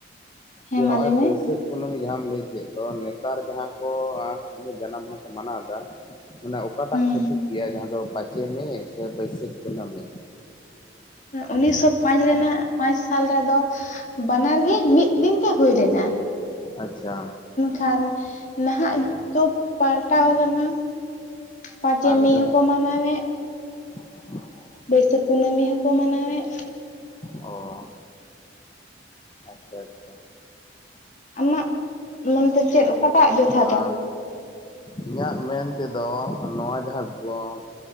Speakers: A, on the left; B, on the left.
A: ᱦᱮᱸ
B: ᱡᱮ
A: ᱢᱟ
B: ᱱᱚᱜᱼᱚᱭ
A: ᱞᱟᱹᱭ ᱢᱮ?
B: ᱵᱟᱹᱭᱥᱟᱹᱠᱼᱼ ᱠᱩᱱᱟᱹᱢᱤ ᱡᱟᱦᱟᱢ ᱞᱟᱹᱭ ᱠᱮᱫ ᱫᱚ ᱱᱮᱛᱟᱨ ᱡᱟᱦᱟᱸ ᱠᱚ ᱩᱱ ᱤᱭᱟᱜ ᱡᱟᱱᱟᱢ ᱢᱟᱦᱟ ᱠᱚ ᱢᱟᱱᱟᱣ ᱮᱫᱟ᱾ ᱢᱟᱱᱮ ᱚᱠᱟᱴᱟᱜ
A: ᱦᱩᱸ
B: ᱥᱚᱴᱷᱤᱠ ᱜᱮᱭᱟ ᱡᱟᱦᱟᱸ ᱫᱚ ᱯᱟᱸᱪᱮ ᱢᱮᱭ ᱥᱮ ᱵᱟᱹᱭᱥᱟᱹᱠᱷ ᱠᱩᱱᱟᱹᱢᱤ?
A: ᱩᱱᱤᱥᱥᱚ ᱯᱟᱸᱪ ᱨᱮᱱᱟᱜ ᱯᱟᱸᱪ ᱥᱟᱞ ᱨᱮᱫᱚᱼᱼ ᱵᱟᱱᱟᱨᱜᱤ ᱢᱤᱫ ᱫᱤᱱ ᱛᱮ ᱦᱩᱭ ᱞᱮᱱᱟ᱾
B: ᱟᱪᱪᱷᱟ᱾
A: ᱠᱷᱟᱱ ᱱᱟᱦᱟᱜ ᱫᱚ ᱯᱟᱞᱴᱟᱣ ᱟᱠᱟᱱᱟ᱾ ᱯᱟᱸᱪᱮ
B: ᱟᱨ
A: ᱢᱮᱭ
B: ᱡᱮᱢᱚᱱ
A: ᱦᱚᱸᱠᱚ ᱢᱟᱱᱟᱣᱮᱫ᱾
B: <inaudible>
A: ᱵᱟᱹᱭᱥᱟᱹᱠᱷ ᱠᱩᱱᱟᱹᱢᱤ ᱦᱚᱸ ᱠᱚ ᱢᱟᱱᱟᱣᱮᱜ᱾
B: ᱚᱻ ᱟᱪᱪᱷᱟ ᱟᱪᱪᱷᱟ᱾
A: ᱟᱢᱟᱜ ᱢᱚᱱᱮᱛᱮ ᱪᱮᱜ ᱚᱠᱟᱴᱟᱜ ᱡᱚᱛᱷᱟᱛᱟ᱾
B: ᱟᱨ ᱤᱧᱟᱹᱜ ᱢᱮᱱ ᱛᱮᱫᱚ ᱱᱚᱣᱟ ᱡᱟᱦᱟᱸ ᱜᱚᱸᱼᱼ